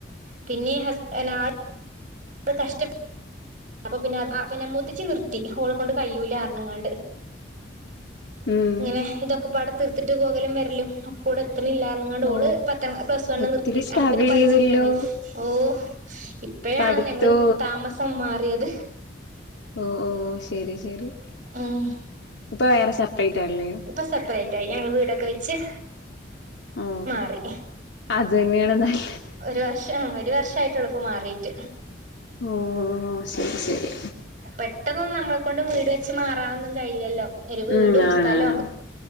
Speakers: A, on the right; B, on the left.
A: പിന്നേം ഹസ് ആൾ- നമ്മള് കഷ്ടപ്പെ- അപ്പൊ പിന്നെ അ മൂത്തച്ചി നിർത്തി ഓളെ കൊണ്ട് കയ്യൂലാ പറങ്ങാണ്ട്
B: ഉം
A: ഇങ്ങനെ ഇതൊക്കെ പാടെ തീർത്തിട്ട് പോകലും വരലും ഒക്കൂകൂടെ എത്തണില്ലാന്ന്‌ എങ്ങാണ്ട് ഓള്
B: ഓ
A: പത്താംക്ലാസ് പ്ലസ്‌ വൺ
B: ഒത്തിരി
A: നിർത്തി
B: സ്ട്രഗിൾ
A: അപ്പ പിന്നെ പഠിച്ചിട്ടുണ്ടാവില്ല
B: ചെയ്തല്ലോ
A: ഓഹ് ഇപ്പഴാണ്
B: പഠിത്തോ
A: ഞങ്ങള് താമസം മാറിയത്
B: ഓഹ് ഓഹ് ശരി ശരി
A: ഉം
B: ഇപ്പൊ വേറെ സപ്രെറ്റായില്ലേ
A: ഇപ്പൊ സപ്രെറ്റായി ഞങ്ങള് വീടൊക്കെ വെച്ച്-
B: ഓ
A: മാറി
B: അത് തന്നെയാണ് നല്ലത്
A: ഒരുഒരു വർഷം ഒരു വർഷമായിട്ട് എള്ളുപ്പം മാറീട്ട്
B: ഓഹ് ശരി ശരി
A: പെട്ടെന്നൊന്നും നമ്മളെ കൊണ്ട് വീട് വെച്ച് മാറാനൊന്നും കഴിയില്ലല്ലൊ ഒരു വീടും
B: ഉം ആണാണ്
A: സ്ഥലൊക്കെ-